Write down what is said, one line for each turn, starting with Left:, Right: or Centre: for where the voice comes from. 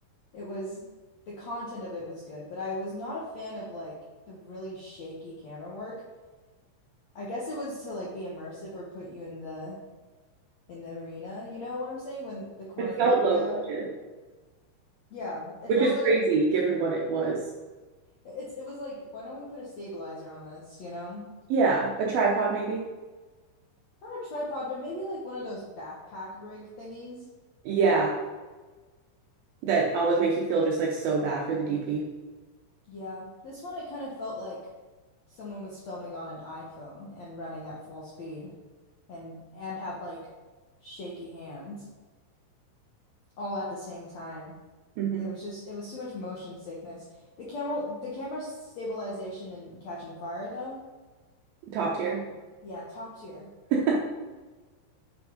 Left: It was the content of it was good, but I was not a fan of like the really shaky camera work. I guess it was to like be immersive or put you in the in the arena. You know what I'm saying? When the cornucopia,
Right: It felt low budget,
Left: yeah, it
Right: which
Left: felt
Right: is crazy
Left: like
Right: given what it was.
Left: it's it was like why don't we put a stabilizer on this, you know?
Right: Yeah, a tripod maybe.
Left: Not a tripod, but maybe like one of those backpack rig thingies.
Right: Yeah. that always make you feel just like so bad for the DP.
Left: Yeah. This one it kind of felt like someone was filming on an iPhone and running at full speed and and had like shaky hands. all at the same time.
Right: hmm
Left: It was just it was too much motion sickness. The camel the camera stabilization and catching fire though.
Right: Top tier.
Left: Okay. Yeah, top tier.
Right: <laughs> You're